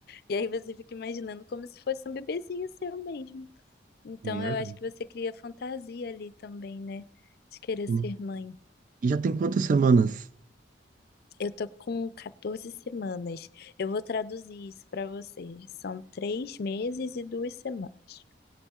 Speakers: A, on the left; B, on the right.
A: E aí você fica imaginando como se fosse um bebezinho seu mesmo. Então,
B: merda.
A: eu acho que você cria fantasia ali também, né? De querer
B: Hum.
A: ser mãe.
B: E já tem quantas semanas?
A: Eu tô com 14 semanas. Eu vou traduzir isso pra você. São três meses e duas semanas.